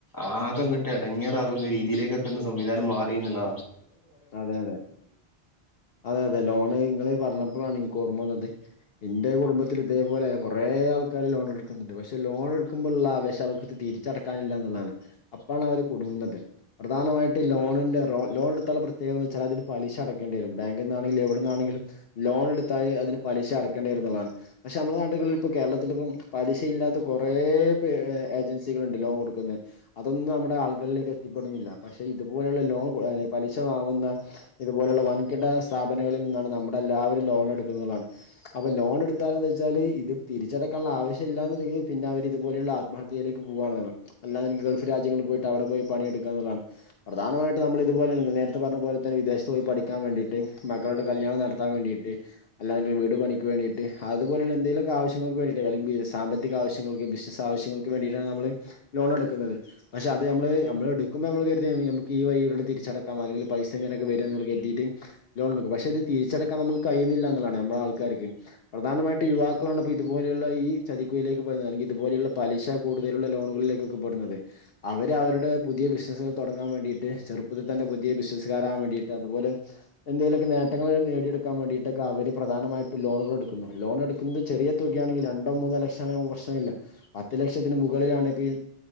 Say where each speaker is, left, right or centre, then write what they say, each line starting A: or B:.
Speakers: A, on the left; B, on the left.
A: ആക കട്ട ഇടങ്ങേറകുന്നരിക്ക രീതിയിലേക്കൊക്കെ സംവിധാനം മാറി എന്നുള്ള
B: അതെ അതെ അതെ അതെ ലോണ് നിങ്ങള് പറഞ്ഞപ്പോളാണ ഓർ എന്റെ കുടുംബത്തിൽ ഇതേപോലെ കുറേ ആൾക്കാർ ലോൺ എടുക്കുന്നുണ്ട് പക്ഷെ ലോൺ എടുക്കുമ്പോൾ ആവേം അവർ തിരിച്ചടക്കാനില്ല എന്നുള്ളതാണ് അപ്പോാണ് അവർ കുടുങ്ങുന്നത് പ്രധാനമായിട്ട് ലോണ ലോൺ എടുത്തുള്ള പ്ര പ്രത്േക എ വച്ചൽതിന് പലിശ അടക്കണ്ടിരും ബാങ്കിൽ നിാെങ്കില എവിടെ നിന്നാണങ്കിലും ലോൺ എടുായി അന് പലിശടക്കണ്ടിരും താണ് പക്ഷെ നമ്മളുടെ നാട്ടുകളിൽ ഇപ്പോ കേരളത്തി ഇപ്പം പലിശ ഇല്ലാത്ത കുറേ ഏജൻസികൾ ഉണ്ട് ലോൺ കൊടുക്ക അതൊന്നും നമ്മുടെ ആളുകളിലേക്ക് എത്തിപ്പെടുന്നില്ല പക്ഷെ ഇതുപലുള്ള ലോൺ പല ക്ഷ വാങ്ങുന്ന ഇതുപോലെയുള്ള വൻകിട സ്ഥാപനങ്ങളിൽ നിന്നാണ് നമ്മുടെ എല്ലാവരും ലോൺ എടുക്കുന്നാണ് അപ്പൊ ലോൺ എടുത്താല എന്ത വെച്ചാല് ഇത് തിരിച്ചടക്കാനുള്ള ആവശ്യമില്ലാുണ്ടെങ്കിൽ പിന്നെ അവരി ഇപോലെയുള്ള ആത്മഹത്യയിലേക്ക് പോക പോ അല്ലാതെ ഗൾഫ് രാജ്യങ്ങളിൽ പോയിട്ട് അവിടെ പോയി പണിയെടുക്കുക എന്നുള്ളാണ് പ്രധാനമായിട്ട് നമ്മള ഇതുപോലെ അ പറഞ്ഞ പോലെ തന്നെ വിദേശത്ത് പോയി പഠിക്കാൻ വേണ്ടീട്ട് മളുടെ കല്യാണം നടത്താൻ വേണ്ടയിട്ട് അല്ലാെ വീട് പണക്ക് വേണ്ടയിട്ട് അതുപലുള്ള എന്തെങ്കും ആവശ്യൾക്ക് വേണ്ടയിട്ട അല്ലെങ്ക സാമ്പത്തിക ആശ്യങ്ങൾക്ക് ബിനസ് ആവശങ്ങൾക്ക് വേണ്ടയിട്ട നമ്മള് ലോൺ എടുക്കുന്നത്, പക്ഷേ.. അത് നമ്മള്.. നമ്മള് എടുക്കുമ്പോ നമ്മള് കരുതിയാ നമുക്ക് ഈ വഴിയിലൂടെ തിരിച്ചട ങാ.. നല്ലോലെ പൈസ ഇങ്ങനൊക്കെ വരുവെന്നൊക്കെ കരുതീട്ട് ലോണെടുക്കും. പക്ഷേ ഇത് തിരിച്ചടക്കാൻ നമുക്ക് കഴിയുന്നില്ല എന്നുള്ളതാണ്. നമ്മുടെ ആൾക്കാർ ക്കും... പ്രധാനമായിട്ടും യുവാക്കളാണ് ഇപ്പോ ഇതുപോലെയുള്ള ഈ ചതിക്കുയിലേക്ക് പോകുന്നത്. അല്ലെങ്കിൽ ഇതുപോലെയുള്ള പലിശ കൂടുതൽ ലുള്ള ലോണുകളിലേക്കൊക്കെ പെടുന്നത്. അവര് അവരുടെ പുതിയ ബിസിനസുകൾ തുടങ്ങാൻ വേണ്ടിട്ട് ചെറുപ്പത്തി തന്നെ പുതിയ ബിസിനസുകാർ ആകാൻ വേണ്ടീട്ട്... അതുപോലെ എന്തേലുവൊക്കെ നേട്ടങ്ങൾ നേടിയെടുക്കാൻ വേണ്ടിട്ടക്ക അവര് പ്രധാന ലായിട്ട് ലോണുകൾ എടുക്കുന്നു. ലോൺ എടുക്കുന്നത് ചെറിയ തുകയാണെങ്കി, രണ്ടോ മൂന്നോ ലക്ഷമാണെങ്കി നമുക്ക് പ്രശ്നമില്ല. പത്ത് ലക്ഷത്തി മുകളിലാണ് ഇപ്പ ഈ..